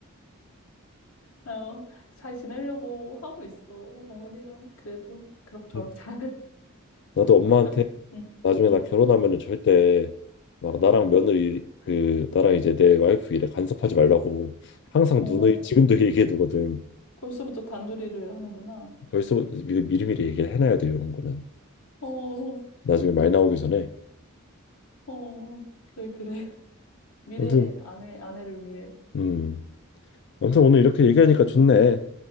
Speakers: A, on the left; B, on the left.
A: 어, 잘 지내려고 하고 있어 어머니랑 그래도 그럭저럭
B: 음.
A: 잘.
B: 나도 엄마한테
A: <laughs> 응,
B: 나중에
A: 응,
B: 나 결혼하면은 절대 막 나랑
A: 응.
B: 며느리 그 나랑 이제 내 와이프 일에 간섭하지 말라고 항상
A: 어
B: 누누이 지금도 얘기해 두거든.
A: 벌써부터 단둘이를 하는구나.
B: 벌써 미- 미리미리 얘기를 해놔야 돼 이런 거는
A: 어,
B: 나중에 말 나오기 전에.
A: 어, 그래, 그래. <laughs> 미래
B: 아무튼
A: 아내, 아내를 위해.
B: 음 아무튼 오늘 이렇게 얘기하니까 좋네.